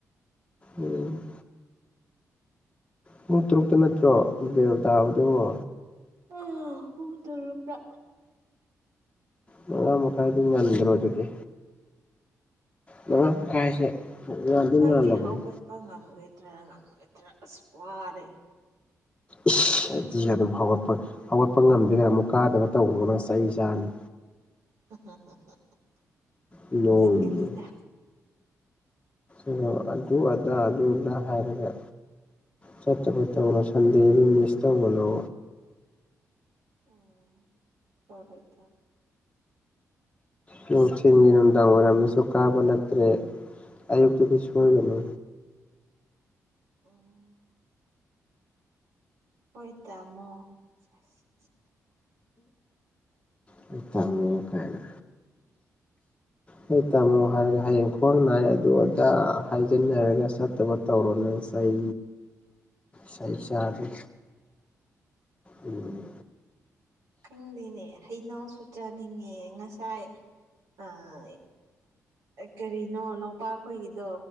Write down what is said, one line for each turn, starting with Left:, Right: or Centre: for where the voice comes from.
Left: ꯎꯝ ꯄꯨꯡ ꯇꯔꯨꯛꯇ ꯅꯠꯇ꯭ꯔꯣ ꯕꯦꯜꯇꯥꯕꯗꯨꯕꯨ
Right: ꯑ ꯄꯨꯡ ꯇꯔꯨꯛꯇ
Left: ꯃꯉꯥꯏ ꯃꯈꯥꯏꯗꯤ ꯉꯟꯗꯔꯣ ꯑꯗꯨꯗꯤ ꯃꯉꯥ ꯃꯈꯥꯏꯁꯦ ꯉꯥꯟꯗꯤ
Right: ꯈꯪꯗꯦ
Left: ꯉꯥꯜꯂꯕꯅꯤ
Right: ꯍꯧꯒꯠꯄ ꯉꯝꯒꯗ꯭ꯔꯥ ꯉꯝꯂꯣꯏꯗ꯭ꯔꯥ ꯑꯁ ꯋꯥꯔꯦ
Left: ꯏꯁ ꯑꯩꯗꯤ ꯑꯗꯨꯝ ꯍꯧꯒꯠꯄ ꯍꯧꯒꯠꯄ ꯉꯝꯗꯦꯅ ꯑꯃꯨꯛ ꯀꯥꯗꯕ ꯇꯧꯒꯅꯨ ꯅꯪ ꯆꯩ ꯆꯥꯅꯤ
Right: <unintelligible>
Left: ꯅꯣꯏꯅꯦ
Right: ꯆꯠꯀꯅꯤꯗ
Left: ꯑꯣ ꯑꯗꯨ
Right: ꯆꯠꯀꯅꯤ
Left: ꯑꯗꯥ ꯑꯗꯨ ꯑꯗꯥ ꯍꯥꯏꯔꯒ ꯆꯠꯇꯕ ꯇꯧꯅꯣ ꯁꯟꯗꯦꯗꯤ ꯃꯤꯁ ꯇꯧꯒꯅꯣ
Right: ꯑꯥ ꯇꯧꯔꯣꯏ ꯇꯧꯔꯣꯏ
Left: ꯅꯨꯡꯊꯤꯟꯒꯤ ꯅꯨꯡꯗꯥꯡ ꯋꯥꯏꯏꯔꯝꯗꯁꯨ ꯀꯥꯕ ꯅꯠꯇ꯭ꯔꯦ ꯑꯌꯨꯞꯇꯗꯤ ꯁꯣꯏꯒꯅꯨ
Right: ꯑꯝ ꯍꯣꯏ ꯇꯥꯃꯣ ꯁꯦꯁ
Left: ꯍꯣꯏ ꯇꯥꯃꯣ ꯀꯥꯏꯅ ꯍ ꯇꯥꯝꯃꯣ ꯍꯥꯏꯔꯒ ꯍꯌꯦꯡ ꯈ꯭ꯋꯥꯡ ꯅꯥꯏ ꯑꯗꯨ ꯑꯗ ꯍꯥꯏꯖꯤꯟꯅꯔꯒ ꯆꯠꯇꯕ ꯇꯧꯔꯥ ꯅꯣ ꯆꯩ ꯁꯩ ꯆꯥꯅꯤ ꯎꯝ
Right: ꯈꯪꯗꯦꯅꯦ ꯍꯩꯅꯧꯁꯨ ꯆꯥꯅꯤꯡꯉꯦ ꯉꯁꯥꯏ ꯑꯥ ꯀꯔꯤꯅꯣ ꯂꯧꯄꯥ ꯈꯣꯏꯒꯤꯗꯣ